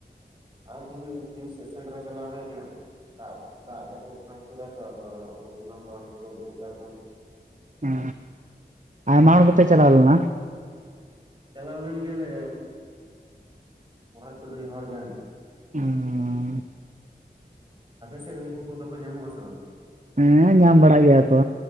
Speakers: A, on the right (about 25°); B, on the right (about 45°).
A: ᱟᱨ ᱛᱮᱦᱮᱧ ᱵᱤᱨ ᱥᱮᱫ ᱥᱮᱸᱫᱽᱨᱟ ᱪᱟᱞᱟᱣ ᱦᱩᱭ ᱞᱮᱱᱟ᱾ ᱫᱟᱜ ᱫᱟᱜ ᱡᱟᱹᱯᱩᱫ ᱯᱷᱟᱸᱠ ᱠᱮᱫᱟᱭ ᱛᱚ ᱟᱫᱚ ᱮᱢᱟᱱ ᱛᱮᱢᱟᱱ ᱠᱚᱠᱚ ᱩᱰᱩᱜᱚᱜ ᱠᱟᱱ ᱛᱟᱦᱮᱸᱱᱟ᱾
B: ᱦᱸ ᱟᱭᱢᱟ ᱦᱚᱲ ᱜᱮ ᱯᱮ ᱪᱟᱞᱟᱣ ᱞᱮᱱᱟ?
A: ᱪᱟᱞᱟᱣ ᱞᱮᱱ ᱜᱮᱭᱟ ᱞᱮ ᱢᱚᱲᱮ ᱛᱩᱨᱩᱭ ᱦᱚᱲ ᱜᱟᱱ᱾
B: ᱦᱸᱻ᱾
A: ᱟᱯᱮᱥᱮᱫ ᱩᱱᱠᱩ ᱠᱚᱫᱚ ᱠᱚ ᱧᱟᱢᱚᱜᱼᱟ ᱟᱥᱮ ᱵᱟᱝ?
B: ᱦᱮᱸ ᱧᱟᱢ ᱵᱟᱲᱟᱜ ᱜᱮᱭᱟ ᱠᱚ,